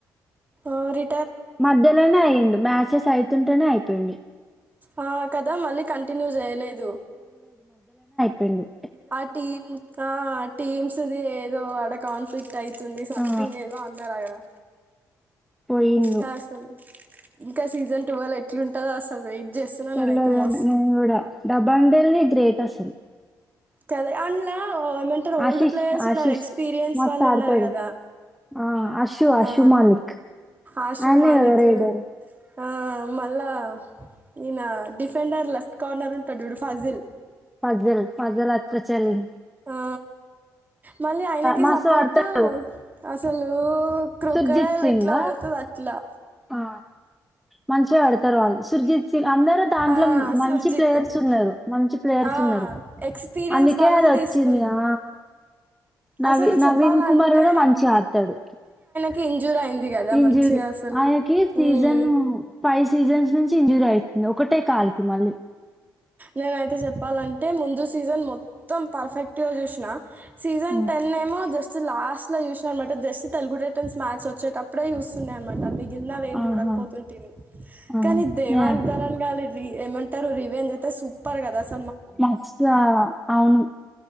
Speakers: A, on the right; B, in the centre.
A: ఆ రి
B: మధ్యలోనే అయ్యిండు మ్యాస్ చ్చేస్ ఐతుంటేనే అయిపోయింది
A: ఆ కదా మళ్ళీ కంటిన్యూ చేయలేదు
B: పెండి
A: ఆ టీమ్ ఆ టీమ్స్ ది ఏదో అడక్ కాన్ఫ్లిక్ టైతుంది సంథింగ్
B: ఆ
A: ఏదో అన్నార కదా
B: పోయిండు
A: యాసలు ఇంకా సీజన్ టువల్ ఎట్లుంటందో అసలు వెయిట్ చేస్తున్నా
B: తెర్లేదు
A: నేనైతే
B: గాని
A: మస్తు
B: నేను కూడా డబాంగ్ దెళ్ళి గ్రేట్ అసలు
A: కదే అన్లావ్ ఓయ్మెంటరు ఓల్డ్
B: ఆశిష్
A: ప్లేయర్స్
B: ఆశిష్
A: ఉన్నారు ఎక్స్పీరియన్స్
B: మస్త్
A: వాళ్ళున్నారు
B: ఆడతాడు
A: కదా
B: ఆ అషు అషు
A: ఆ
B: మాలిక్
A: ఆషు
B: ఆయనే
A: మాలిక్
B: కదా రైడర్
A: ఆ మళ్ళా ఈయన డిఫెండర్ లెఫ్ట్ కార్నరుంటాడు చూడు ఫజిల్
B: ఫజల్ ఫజల్ అత్రచల్లి
A: ఆ మళ్ళీ ఆయనకి
B: మస్తు
A: సపోర్టు
B: ఆడతారు
A: అసలు క్రొకడైల్
B: సుర్జిత్ సింగ్
A: ఎట్ల పడుతుదో అట్లా
B: ఆ మంచిగ అడుతారు వాళ్ళు సుర్జిత్ సింగ్ అందరూ దాంట్లో
A: ఆ
B: మంచి
A: సుర్జిత్
B: ప్లేయర్స్ ఉన్నారు మంచి ప్లేయర్స్
A: ఆ
B: ఉన్నారు
A: ఎక్స్పీరియన్స్
B: అందుకే
A: వాళ్ళని
B: అది వచ్చింది
A: తీసుకుంటు
B: ఆ నవి
A: అసలు చెప్పాలంటే
B: నవీన్ కుమార్ కూడా మంచిగ ఆడతాడు
A: కి ఇంజూర్ అయింద్ ది కదా
B: ఇంజురీ
A: మంచిగా అసలు
B: ఆయనకి సీజన్
A: ఉమ్మ్
B: ఫైవ్ సీజన్స్ నుంచి ఇంజూర్ ఐతుంది ఒకటే కాలికి మళ్ళీ
A: నేనయితే చెప్పాలంటే ముందు సీజన్ మొత్తం పర్ఫెక్ట్గా చూసిన సీజన్
B: ఆ,
A: టెన్ ఏమో జస్ స్ లాస్ట్ లో చూసినా అనమాట జస్ట్ తెలుగు టైటన్స్ మ్యాచ్ వచ్చేటప్పుడే చూస్తున్నా అనమాట మీక్ గిన్లావేం
B: ఆహా
A: చూడకపోతుంటిని
B: ఆహా
A: కానీ దేవాంగ్
B: యా,
A: దాలన్ గాలి రి ఏమెంట్ టారు రివెంజ్ అయితే సూపర్ కదస్
B: మస్త్ ఆ అవును